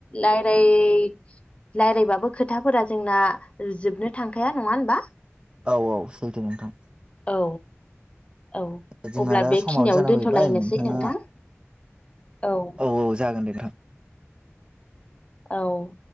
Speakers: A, on the left; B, on the right.
A: लाइट जाय रायज्लायबाबो खोथाफोरा जोंना जोबनो थांखाया नङा होनबा
B: औ औ सैथो नोंथां।
A: औ औ
B: जोंहा
A: अब्ला
B: दा
A: बेखिनियावनो
B: समाबो जाना
A: दोनथ'लायनोसै
B: फैबाय नोंथाङा
A: नोंथां औ
B: औ औ जागोनदे थां
A: औ